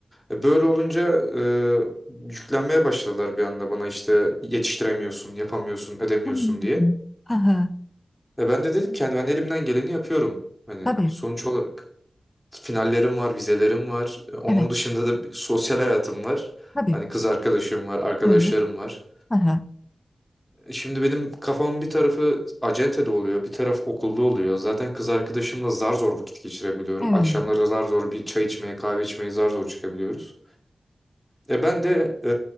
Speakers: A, in the centre; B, on the left.
A: E, böyle olunca e, yüklenmeye başladılar bir anda bana işte yetiştiremiyorsun, yapamıyorsun, edemiyorsun
B: Hmm.
A: diye.
B: Hı
A: E, ben de dedim ki hani ben elimden geleni yapıyorum. Hani
B: Tabii,
A: sonuç olarak Finallerim var, vizelerim var. E, Onun
B: evet,
A: dışında da bir sosyal hayatım var.
B: tabii,
A: Hani kız arkadaşım var, arkadaşlarım
B: evet,
A: var.
B: hı
A: E, Şimdi benim kafamın bir tarafı acentede oluyor, bir taraf okulda oluyor. Zaten kız arkadaşımla zar zor vakit geçirebiliyorum.
B: evet,
A: Akşamları da zar zor bir çay içmeye, kahve içmeye zar zor çıkabiliyoruz. E ben de e,